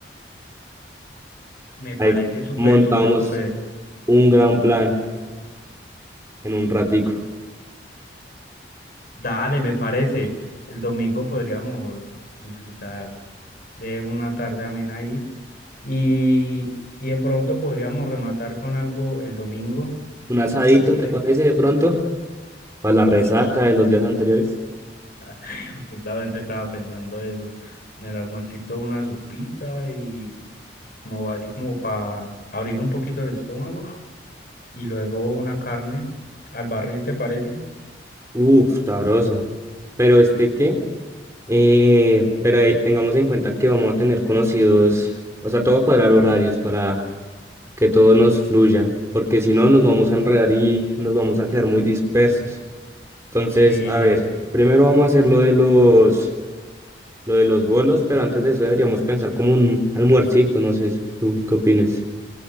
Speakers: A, on the left; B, on the right.
A: Me parece
B: Ahí
A: súper,
B: montamos
A: súper, súper.
B: un gran plan en un ratico.
A: Dale, me parece. El domingo podríamos disfrutar de una tarde amena ahí. Y, y de pronto podríamos rematar con algo el domingo,
B: Un asadito,
A: no sé.
B: ¿te parece de pronto? Para la resaca
A: Sí,
B: de los días anteriores.
A: <laughs> justamente estaba pensando eso. En el almuercito una sopita y como así como para abrir un poquito el estómago y luego una carne al barril, ¿te parece?
B: Uf, sabroso. Pero este qué? Eh, pero ahí tengamos en cuenta que vamos a tener conocidos, o sea, todo cuadrar horarios para que todo nos fluya, porque si no nos vamos a enredar y nos vamos a quedar muy dispersos. Entonces,
A: Sí,
B: a ver, primero vamos a hacer lo de los, lo de los bolos, pero antes de eso deberíamos pensar como un almuercito, no sé si tú qué opinas.